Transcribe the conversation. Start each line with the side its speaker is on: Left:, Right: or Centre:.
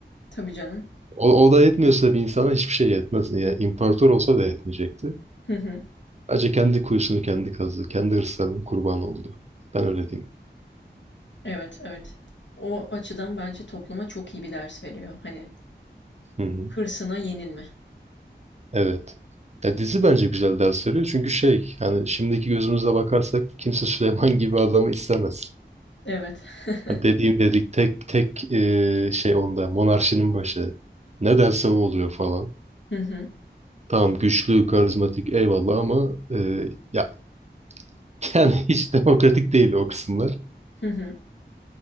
Left: Tabii canım.
Right: O, o da yetmiyorsa bir insana hiçbir şey yetmez. Yani imparator olsa da yetmeyecekti.
Left: Hı hı.
Right: Acı kendi kuyusunu kendi kazdı. Kendi hırslarının kurbanı oldu. Ben öyle diyeyim.
Left: Evet, evet. O açıdan bence topluma çok iyi bir ders veriyor. Hani
Right: Hı hı.
Left: hırsına yenilme.
Right: Evet. Ya dizi bence güzel ders veriyor. Çünkü şey yani şimdiki gözümüzle bakarsak kimse Süleyman gibi adamı istemez.
Left: Evet. <laughs>
Right: Hani dediğim dedik tek tek e, şey onda monarşinin başı. Ne derse o oluyor falan.
Left: Hı hı.
Right: Tamam güçlü, karizmatik eyvallah ama e, ya <laughs> yani hiç demokratik değil o kısımlar.
Left: Hı hı.